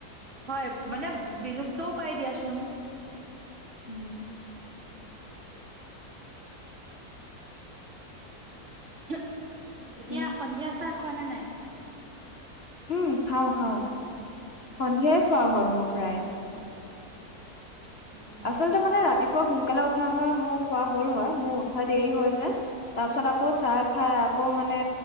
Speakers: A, on the right; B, on the left.
A: হয়, মানে বিলুপ্তও পাই দিয়াচ চোন।
B: উম,
A: <inaudible>
B: তাকে।
A: এতিয়া সন্ধিয়া আছা খোৱা নে নাই
B: উম খাওঁ খাওঁ সন্ধিয়াই খোৱা হয় মোৰ প্ৰায়
A: উম
B: আচলতে মানে ৰাতিপুৱা সোনকালে উঠা হয় মোৰ খোৱা হ'ল হয় মোৰ উঠাই দেৰি হৈ যায় তাৰপিছত আকৌ চাই খাই আকৌ মানে